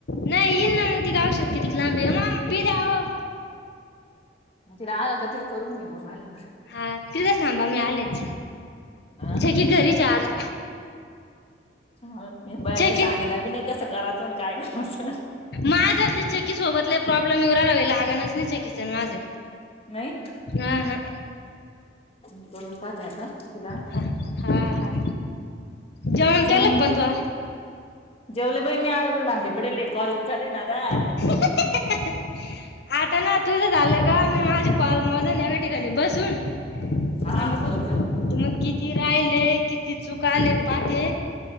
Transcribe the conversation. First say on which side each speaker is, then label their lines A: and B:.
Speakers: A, on the left (about 65°); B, on the left (about 35°).
A: नाही येईल ना मग तिझी औषध कि तिक लांबे म बी द्याओ
B: मग तिला आल्या वर करतील, करून घे मग आल्यावर.
A: हा तिथंस थांबा मी आलेच
B: हा
A: छकी घरीच
B: <unintelligible>
A: आहे आज
B: बया
A: छकी
B: ते सांगेना बी नाही कस करायचं अन काय गप बस.
A: माझं ते छकी सोबत लई प्रॉब्लेम येऊन राहिला <unintelligible> लागणच छकीच आणि माझं.
B: नाहीत.
A: अं ह.
B: मी करून पाहत आहे आता. तिला.
A: हा हा हा. जेवण
B: तिचा
A: केलं
B: नंब
A: का पण तू
B: जेवले बाई मी आजून माय भांडे पडले. कॉलच चालूय ना आता.
A: <unintelligible> आता ना तुझं झालं का? मी माझे कॉलज मोजन. एका ठिकाणी बसून.
B: हा
A: आणि मग
B: बरोबरे.
A: मग किती राहेले? किती चुक आले पाते.